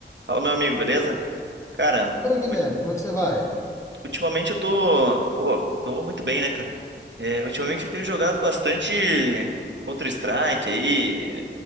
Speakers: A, on the right (about 75°); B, on the left (about 15°).
A: Fala, meu amigo, beleza? Cara,
B: Ô, Guilherme,
A: ulti-
B: como é que você vai?
A: ultimamente eu tô, pô, tô muito bem, né, cara? É, ultimamente eu tenho jogado bastante Counter-Strike aí,